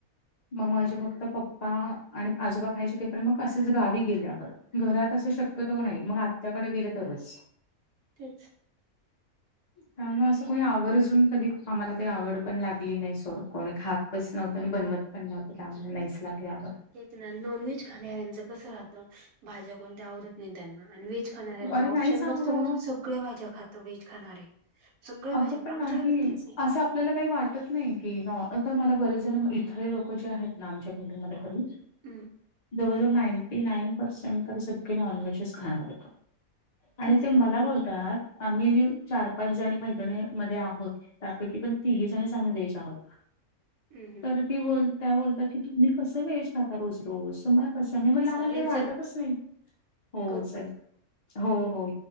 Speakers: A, on the left (about 80°); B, on the right (about 75°).
A: मग माझे फक्त पप् ्पा आणि आजोबा खायचे ते पण मग असेच गावी गेल्या परत. घरात असं शक्यतो नाही मग आत्याकडे गेलं तरच.
B: तेच
A: त्यामुळे असं कोणी आवर्जून कधी आम्हाला काही आवड पण लागली नाही सोड कोणी खात. तच नव्हतं आणि बनवत पण नव्हतं त्यामुळे नाहीच लागली आवड.
B: तेच ना नॉन व्हेज खाणाऱ्यांच कस राहतं भाज्या कोणत्या आवडत नाही त्यांना आणि व्हेज खाणाऱ्यांना
A: अरे नाहीच
B: ऑप्शन
A: आवडत
B: नसतो म्हणून सगळ्या भाज्या खातं वेहेज खाणारे. सगळ्या
A: अगं
B: भाज्या
A: पण
B: आमच्या
A: नाही
B: घरात तेच आहे
A: असं आपल्याला काही वाट टत नाही की न मला बरेच जण इथर लोक जे आहेत ना आमच्या बिल्डिंगमध्ये खरी.
B: हं
A: जवळजवळ नाईंटी नाईन पर्सेंट तर सग नॉनव्हेजच खाणार आहे का? आणि
B: तेच
A: ते
B: ना
A: मला बोलतात आम्ही चार पाच जणी माहि मध्ये आहो त्यापैकी पण तीही जणच आम्ही देश आहोत
B: हम्म हम्म
A: तर ती बोल त्या बोलतात की तुम्ही कसं व्हेज खाता रोज रोज मला कसं मी म्हणलं
B: चालेल
A: आम्हाला काही वाटतच
B: चल
A: नाही हो
B: करू
A: सग
B: परत
A: हो हो.